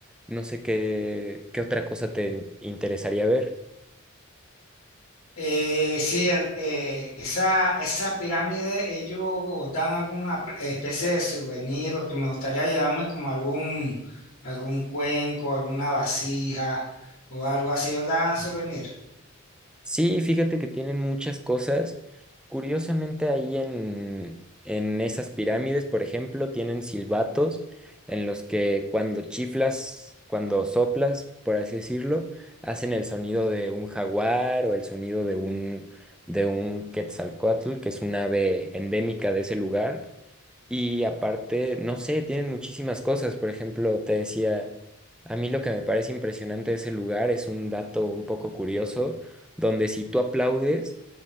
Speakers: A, in the centre; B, on the left.
A: No sé qué, qué otra cosa te interesaría ver.
B: Eh, sí, el- eh, esa, esa pirámide, ellos dan alguna pl- especie de souvenir, lo que me gustaría llevarme como algún, algún cuenco, alguna vasija o algo así, ellos dan souvenir.
A: Sí, fíjate que tienen muchas cosas. Curiosamente, ahí en, en esas pirámides, por ejemplo, tienen silbatos en los que cuando chiflas, cuando soplas, por así decirlo, hacen el sonido de un jaguar o el sonido de un, de un quetzalcóatl, que es un ave endémica de ese lugar. Y aparte, no sé, tienen muchísimas cosas. Por ejemplo, te decía, a mí lo que me parece impresionante de ese lugar es un dato un poco curioso, donde si tú aplaudes,